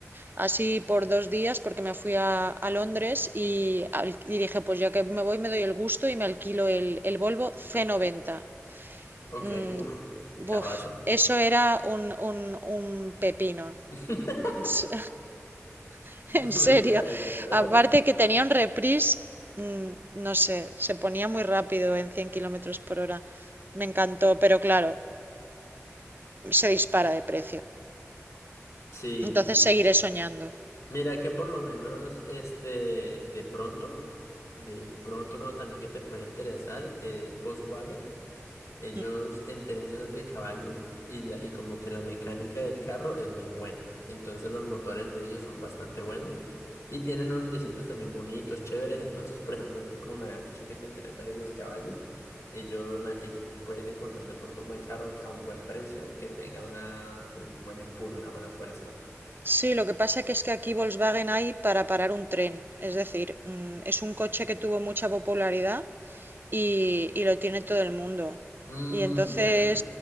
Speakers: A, on the right; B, on the left.
A: así por dos días porque me fui a, a Londres y, al- y dije, pues ya que me voy me doy el gusto y me alquilo el, el Volvo C90.
B: Ok,
A: Mm,
B: uff, carrazo.
A: buf, eso era un, un, un pepino.
B: <laughs>
A: En se- <laughs>
B: Me
A: en serio.
B: encantó.
A: Aparte que tenía un reprise, mm, no sé, se ponía muy rápido en 100 kilómetros por hora. Me encantó, pero claro, se dispara de precio.
B: Sí.
A: Entonces seguiré soñando.
B: Mira que por lo menos, este, de pronto, de pronto no, también que te puede interesar, eh, Volkswagen, ellos
A: Mm.
B: en términos de caballos y, la- y como que la mecánica del carro es muy buena. Entonces los motores de ellos son bastante buenos y tienen unos diseños también bonitos, chéveres. Entonces, por ejemplo, tú como me habías dicho que te interesan lo de los caballos, ellos, ma- ellos puedes encontrar de pronto un buen carro que- a un buen precio que tenga una, un buen empuje, una buena fuerza.
A: Sí, lo que pasa que es que aquí Volkswagen hay para parar un tren. Es decir, mm, es un coche que tuvo mucha popularidad y, y lo tiene todo el mundo.
B: Mm,
A: Y entonces
B: ya.